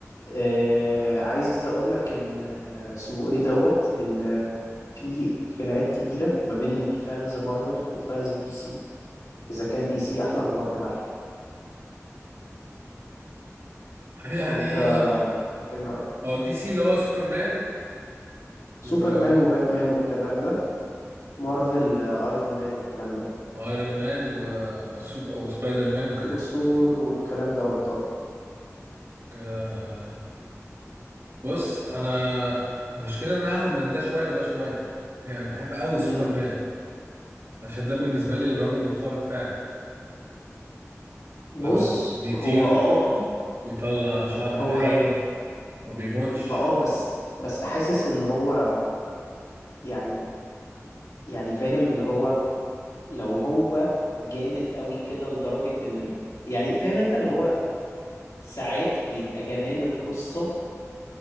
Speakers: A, on the left; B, on the right.
A: آه، عايز اقول لك ان آه، اسمه ايه دوت ان آه، في خناقات كبيره ما بين فانز مارفل وفانز دي سي اذا كان دي سي احلى ولا مارفل احلى
B: يعني
A: انت انت ايه رايك
B: هو دي سي اللي هو سوبرمان
A: سوبرمان
B: و
A: وباتمان والكلام ده مارفل آه، ايرون مان والكلام ده
B: وايرون مان وسوب وسبايدر مان وكده
A: وثور والكلام دوت اه
B: آه، بص انا المشكله ان انا هاخد من ده شويه وده شويه يعني بحب قوي
A: امم
B: سوبرمان عشان ده بالنسبة لي الرجل الخارق فعلا
A: بص
B: الراجل بيطير
A: هو اه
B: بيطلع شعاع
A: هو
B: من عينه ما بيموتش
A: ما اه بس بس حاسس ان هو يعني يعني فاهم اللي هو لو هو جامد قوي كده لدرجة ان يعني فاهم انت اللي هو ساعات بيبقى جمال القصة